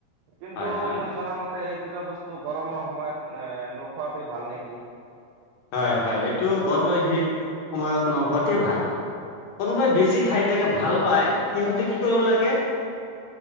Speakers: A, on the right (about 80°); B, on the left (about 65°).
A: কিন্তু
B: হয় হয়
A: মই জনা মতে এই দুটা বস্তু গৰমৰ সময়ত নোখোৱাটোৱে ভাল নেকি।
B: হয়, হয়, এইটো গৰ্ভ সেই সময়ত অতি ভাল। কোনোবাই বেছি খাই থাকে ভাল পায়, সিহঁতে কি কৰিব লাগে